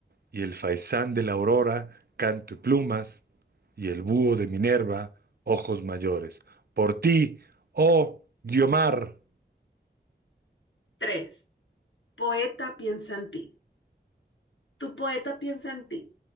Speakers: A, on the right (about 55°); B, on the left (about 90°).
A: y el faisán de la aurora, canto y plumas, y el búho de Minerva, ojos mayores. Por ti, oh Guiomar,
B: Tres, poeta piensa en ti, Tu poeta piensa en ti.